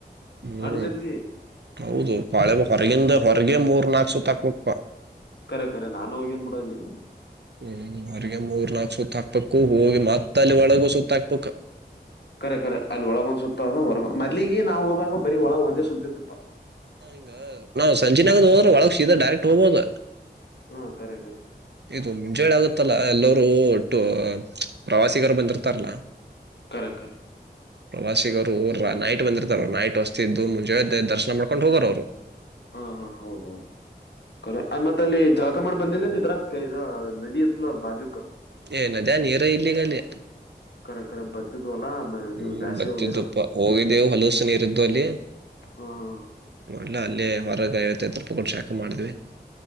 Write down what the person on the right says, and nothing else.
ಹ್ಮ
ಹೌದು ಬಾಳೆ ಹೊರಗಿಂದ ಹೊರಗೆ ಮೂರ್ ನಾಲ್ಕ್ ಸುತ್ ಹಾಕಬೇಕಕ್ಪ್
ಹ್ಮ ಹೊರಿಗೆ ಮೂರ್ ನಾಲ್ಕ್ ಸೂತ್ ಹಾಕ್ಬೇಕು ಹೋಗಿ ಮತ್ತ ಅಲ್ಲಿ ಒಳಗ ಸೂತ್ತ ಹಾಕ್ಬೇಕ್
<unintelligible> ಸಂಜೆನಾಗದ ಹೋದ್ರ ಒಳಗ್ ಸಿದಾ ಡೈರೆಕ್ಟ್ ಹೋಗಬಹದು
ಇದು ಮುಂಜಳೆ ಆಗುತ್ತಲ್ಲಾ ಎಲ್ಲರು ಒಟ್ಟು ಪ್ರವಾಸಿಗರು ಬಂದಿರ್ತಾರಲ್ಲ.
ಪ್ರವಾಸಿಗ ಅವ ನೈಟ್ ಬಂದಿರ್ತಾರ ನೈಟ್ ಹೊಸ್ತಿದ್ದು ಮುಂಜಾನೇ ದರ್ಶನ ಮಾಡ್ಕೊಂಡು ಹೋಗೋರು ಅವರು
ಏನ ನದಿಯಾಗ ನೀರ ಇಲ್ಲಿಗಲ್ಲಿ
ಹ್ಮ್
ಬತ್ತಿದ್ವಪ್ಪ
ಹೋಗಿದ್ದೇವು ಹೊಲಾಸ್ ನೀರಿದ್ದು ಅಲ್ಲಿ
ನಲ್ಲ ಅಲ್ಲೇ ಹೊರಗಾ ಹತ್ತು ರೂಪಾಯ ಕೊಟ್ಟ ಜಳಕ ಮಾಡಿದ್ವಿ